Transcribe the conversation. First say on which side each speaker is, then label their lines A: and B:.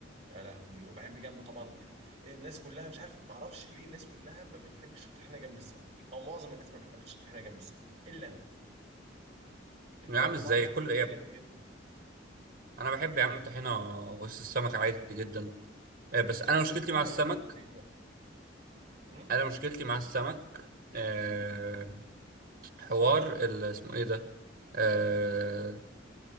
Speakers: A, on the right; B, on the right.
A: يا لهوي وبحب جنبه طبعا إيه- الناس كلها مش عارف ما اعرفش ليه الناس كلها ما بتحبش الطحينه جنب السمك او معظم الناس ما بتحبش الطحينه جنب السمك الا انا الباقي
B: يا عم
A: وبعرف
B: ازاي
A: اعمل
B: كل ايه
A: حاجه
B: يا عم؟
A: جامده جدا
B: انا بحب يا عم الطحينه وسط السمك عادي جدا آه، بس
A: مش
B: انا
A: عارف
B: مشكلتي
A: ممكن
B: مع السمك
A: عندنا في البيت بقى امم
B: انا مشكلتي مع السمك آه،
A: امم
B: حوار ال- اسمه ايه ده آه،